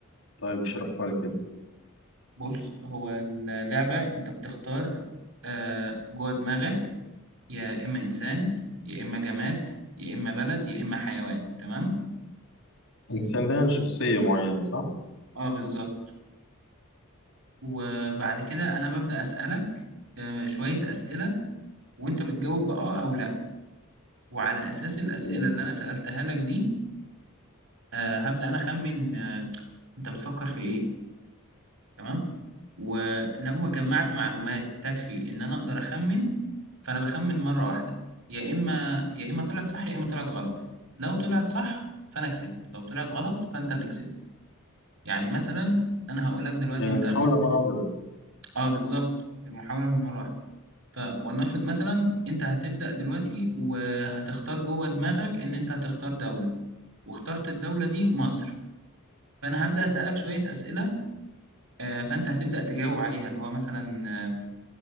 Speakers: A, on the left; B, on the right.
A: طيب اشرحها لي كده
B: بص هو اللعبة انت بتختار آه جوه دماغك يا اما انسان يا اما جماد يا اما بلد يا اما حيوان تمام؟
A: الانسان ده يعني شخصية معينة صح
B: اه بالظبط وبعد كده انا ببدأ اسألك آه شوية اسئلة وانت بتجاوب بآه او لا وعلى اساس الاسئله
A: تمام
B: اللي انا سالتها لك دي آه، هبدا انا اخمن آه، انت بتفكر في ايه تمام ولو ما جمعت معلومات تكفي ان انا اقدر اخمن فانا بخمن مره واحده يا اما يا اما طلعت صح يا اما طلعت غلط لو طلعت صح فانا كسبت لو طلعت غلط فانت اللي كسبت يعني مثلا انا هقول لك دلوقتي
A: يعني
B: انت
A: المحاولة مرة واحدة بس
B: اه بالظبط المحاوله من مره واحده فولنفرض مثلا انت هتبدا دلوقتي وهتختار جوه دماغك ان انت هتختار دوله واخترت الدولة دي مصر فأنا هبدأ أسألك شوية أسئلة آه، فأنت هتبدأ تجاوب عليها اللي هو مثلا آه،